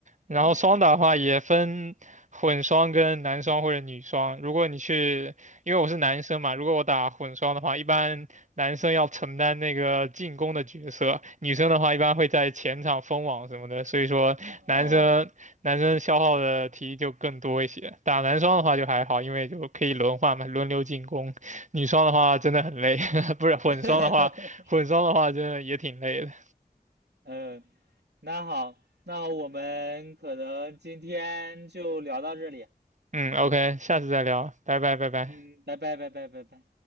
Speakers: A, on the right (about 45°); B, on the right (about 90°).
A: 然后双打的话也分混双跟男双或者女双。
B: 嗯，
A: 如果你去，因为我是男生嘛，如果我打混双的话，一般男生要承担那个进攻的角色，女生的话一般会在前场封网什么的，所以说男生男生消耗的体力就更多一些。
B: 哦哦
A: 打男双的话就还好，因为就可以轮换嘛，轮流进攻。女双的话真的很累，<laughs> 不是混双的话，
B: <laughs>，
A: 混双的话真的也挺累的。
B: 嗯，那好，那我们可能今天就聊到这里。
A: 嗯，OK，下次再聊，拜拜拜拜。
B: 嗯，拜拜拜拜拜拜。